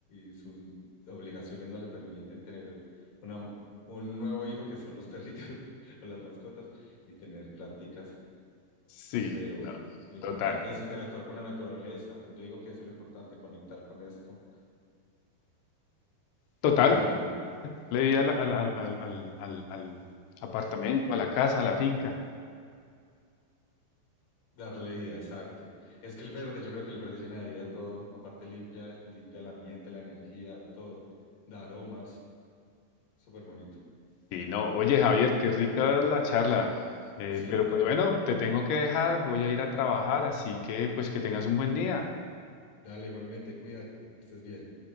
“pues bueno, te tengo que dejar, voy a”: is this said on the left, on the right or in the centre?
Left